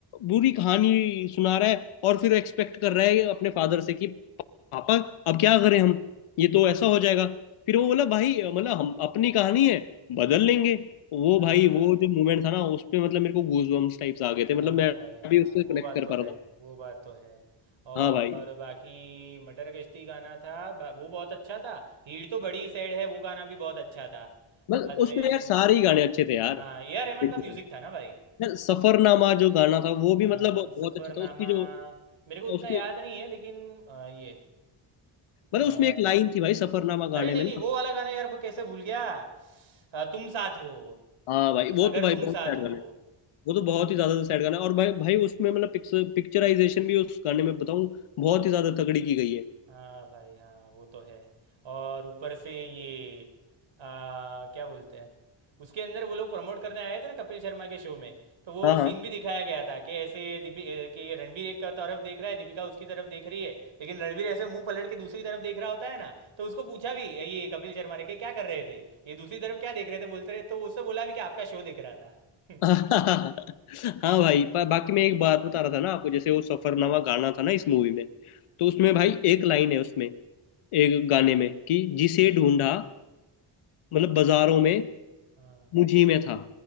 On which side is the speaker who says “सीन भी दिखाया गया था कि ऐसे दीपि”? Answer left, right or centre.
Right